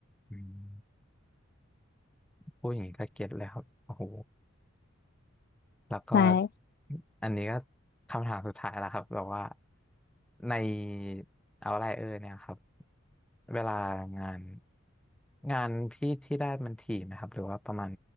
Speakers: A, in the centre; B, on the left.
A: อืมพูดอย่างนี้ก็เก็ตเลยครับโอ้โห แล้วก็
B: ใช่
A: อันนี้ก็คำถามสุดท้ายแล้วครับแบบว่าในเอาไรเออเนี่ยครับเวลางานงานพี่ที่ได้มันถี่ไหมครับหรือว่าประมาณ